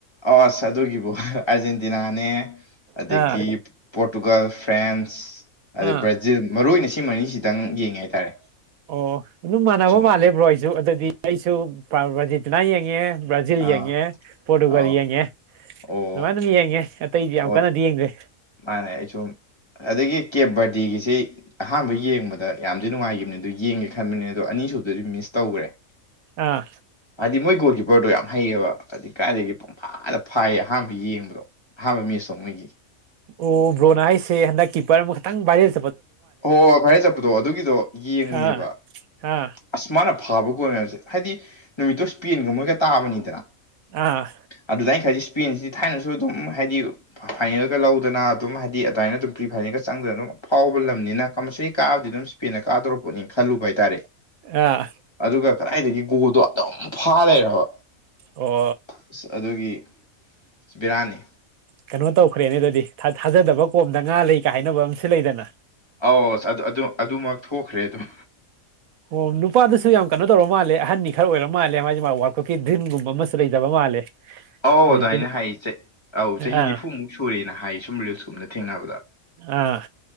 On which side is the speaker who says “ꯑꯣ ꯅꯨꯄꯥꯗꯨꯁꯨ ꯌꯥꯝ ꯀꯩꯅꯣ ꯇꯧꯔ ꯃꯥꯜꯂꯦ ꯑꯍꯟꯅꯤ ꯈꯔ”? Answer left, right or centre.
Right